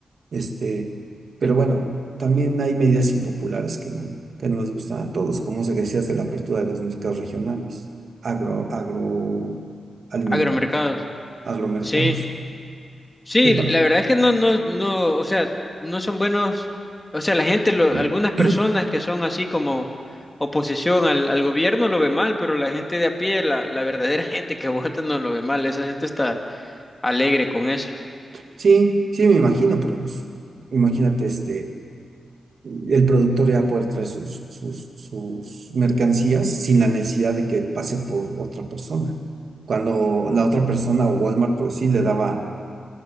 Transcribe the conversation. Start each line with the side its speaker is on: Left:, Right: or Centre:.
Right: Este, pero
Left: sí.
Right: bueno, también hay medidas impopulares que no, que no les gustan a todos, como se decías de la apertura de los mercados regionales, agro, agroalimentario,
Left: Agromercados.
Right: agromercados.
Left: Sí. Sí,
Right: ¿Qué para?
Left: la verdad es que no, no, no, o sea, no son buenos, o sea, la gente,
Right: <clears throat>
Left: lo- algunas personas que son así como oposición al, al gobierno lo ve mal, pero la gente de a pie, la, la verdadera <laughs> gente que vota no lo ve mal, esa gente está alegre con eso.
Right: Sí, sí, me imagino, porque pues, imagínate, este el productor ya va a poder traer sus, sus, sus mercancías sin la necesidad de que pase por otra persona. Cuando la otra persona o Walmart, por sí, le daba,